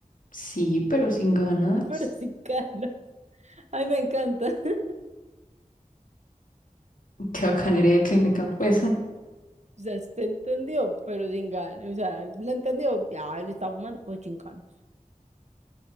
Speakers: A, on the left (about 75°); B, on the right (about 55°).
A: Sí, pero sin ganas.
B: <laughs> pero sin gana. Ay, me encanta. <laughs>
A: <laughs> Qué bacanería de clínica, pues.
B: O sea, usted entendió, pero sin gana. O sea, lo entendió. Ah, él está fumando, pues chingados.